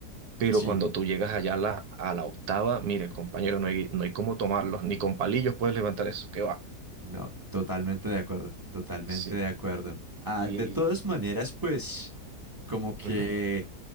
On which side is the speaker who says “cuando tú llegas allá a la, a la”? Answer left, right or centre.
Right